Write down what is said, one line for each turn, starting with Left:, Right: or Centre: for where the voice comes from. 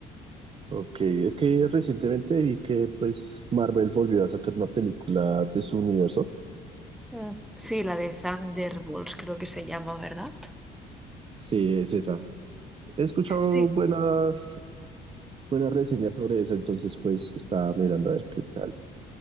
Right: Ok, es que recientemente vi que pues Marvel volvió a sacar una película de su universo.
Centre: Mm. Sí, la de Thunderbolts creo que se llama, ¿verdad?
Right: Sí, es esa. He escuchado
Centre: Sí.
Right: buenas, buenas reseñas sobre eso, entonces pues estaba mirando a ver qué tal.